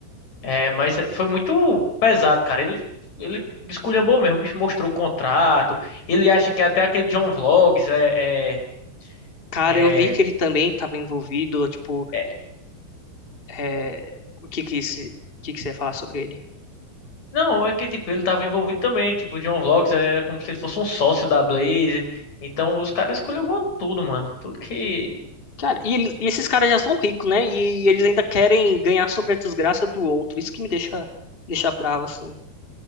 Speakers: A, on the left (about 40°); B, on the left (about 25°).
A: É, mas foi muito pesado, cara. Ele, ele esculhambou mesmo. O bicho mostrou o contrato. Ele acha que até aquele John Vlogs é, é,
B: cara,
A: é-
B: eu vi que ele também estava envolvido. Tipo,
A: é-
B: é... o que que esse... o que que você ia falar sobre ele?
A: Não, é que, tipo, ele tava envolvido também. Tipo, o John Vlogs era como se ele fosse um sócio da Blaze. Então, os caras esculhambou tudo, mano. Tudo que...
B: Cara, e, ele- e esses caras já são ricos, né? E, eles ainda querem ganhar sobre a desgraça do outro. Isso que me deixa, deixa bravo, assim.